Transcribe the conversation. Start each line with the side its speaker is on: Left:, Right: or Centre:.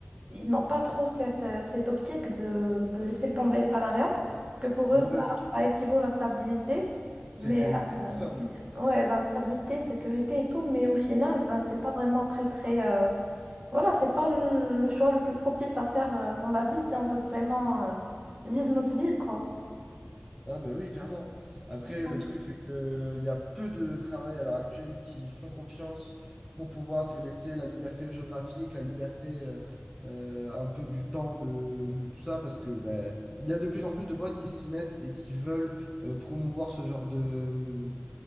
Right: ils n'ont pas trop cette, euh, cette optique de, de laisser tomber le salariat, parce que pour eux,
Centre: Ouais,
Right: ça,
Centre: ouais, ouais.
Right: ça équivaut à la stabilité.
Centre: sécurité,
Right: Mais
Centre: tout
Right: euh,
Centre: ça.
Right: mais- ouais, la stabilité, sécurité et tout, mais au final, ben, c'est pas vraiment très, très. euh, voilà, c'est pas le le choix le plus propice à faire euh, dans la vie si on veut vraiment euh, vivre notre vie, quoi.
Centre: Ah ben oui, clairement. Après,
Right: Mm.
Centre: le truc, c'est qu'il y a peu de travail à l'heure actuelle qui font confiance pour pouvoir te laisser la liberté géographique, la liberté euh, euh, un peu du temps de, de tout ça, parce que ben, il y a de plus en plus de boîtes qui s'y mettent et qui veulent euh, promouvoir ce genre de, hum,